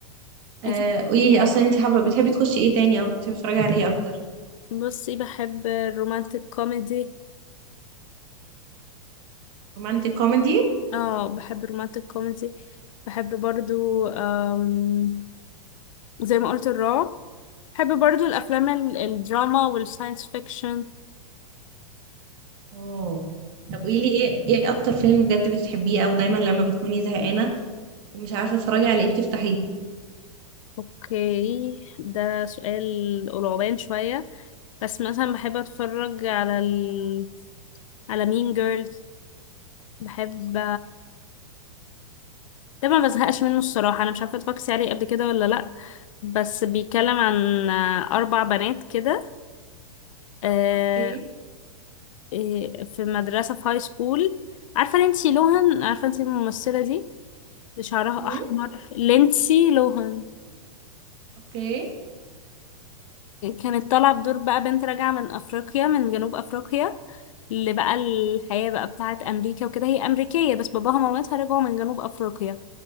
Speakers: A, on the right (about 45°); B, on the left (about 65°).
A: آه،
B: انتي بتحبي-
A: قولي لي اصلا انت حابه بتحبي تخشي ايه تاني او بتحبي تتفرجي على ايه اكتر
B: إيه؟ بصي بحب الرومانتك كوميدي
A: رومانتك كوميدي
B: اه بحب الرومانتك كوميدي بحب برضو آم، زي ما قلت الرعب بحب برضو الافلام ال- الدراما والساينس فيكشن
A: اوه طب قولي لي ايه ايه اكتر فيلم بجد بتحبيه او دايما لما بتكوني زهقانه ومش عارفه تتفرجي على ايه بتفتحيه
B: اوكي ده سؤال قرعبان شوية بس مثلا بحب اتفرج على ال... على مين جيرلز بحب ده ما بزهقش منه الصراحة انا مش عارفة اتفرجتي عليه قبل كده ولا لا بس بيتكلم عن آه، اربع بنات كده آه،
A: اوكي
B: آه، في مدرسة في هاي سكول عارفة لينسي لوهان عارفة انتي الممثلة دي اللي شعرها
A: مين
B: احمر لينسي لوهان
A: اوكي
B: كانت طالعة بدور بقى بنت راجعة من أفريقيا من جنوب أفريقيا اللي بقى الحياة بقى بتاعة أمريكا وكده هي أمريكية بس باباها ومامتها رجعوا من جنوب أفريقيا